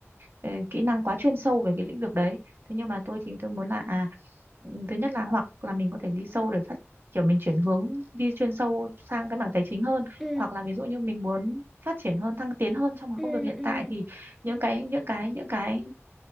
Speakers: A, on the right; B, in the centre.
A: ờ, kỹ năng quá chuyên sâu về cái lĩnh vực đấy thế nhưng mà tôi thì tôi muốn là à thứ nhất là hoặc là mình có thể đi sâu để phát kiểu mình chuyển hướng đi chuyên sâu sang cái mảng tài chính hơn
B: ừ,
A: hoặc là ví dụ như mình muốn phát triển hơn thăng tiến hơn trong cái
B: ừ,
A: công việc hiện
B: ừ.
A: tại thì những cái những cái những cái